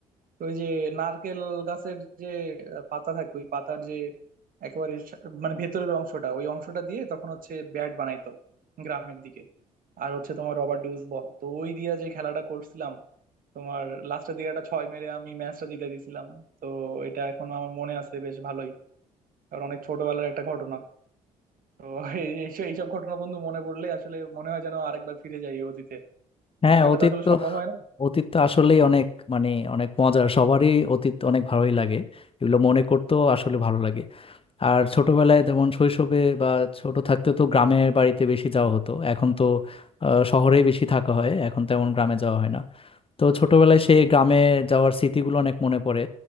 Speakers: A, on the right; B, on the left.
A: তো ওই যে নারকেল গাছের যে আহ, পাতা থাকে ওই পাতার যে একেবারে সা- মানে ভেতরের অংশটা ওই অংশটা দিয়ে তখন হচ্ছে ব্যাট বানাইতো গ্রামের দিকে আর হচ্ছে তোমার রবার ডিউস বল তো ওই দিয়ে যে খেলাটা করছিলাম তোমার লাস্টের দিকে একটা ছয় মেরে আমি ম্যাচটা জিতে দিয়েছিলাম তো এটা এখনো আমার মনে আছে বেশ ভালোই কারণ অনেক ছোটবেলার একটা ঘটনা তো এই- এইসব এইসব ঘটনা বন্ধু মনে পড়লে আসলে মনে হয় যেন আরেকবার ফিরে যাই এই অতীতে কিন্তু
B: হ্যাঁ
A: সেটা
B: অতীত
A: তো আসলে
B: তো
A: সম্ভব হয় না
B: অতীত তো আসলেই অনেক মানে অনেক মজার সবারই অতীত অনেক ভালোই লাগে এগুলো মনে করতেও আসলে ভালো লাগে আর ছোটবেলায় যেমন শৈশবে বা ছোট থাকতে তো গ্রামের বাড়িতে বেশি যাওয়া হতো এখন তো আহ, শহরেই বেশি থাকা হয় এখন তেমন গ্রামে যাওয়া হয় না তো ছোটবেলায় সেই গ্রামে যাওয়ার স্মৃতিগুলো অনেক মনে পড়ে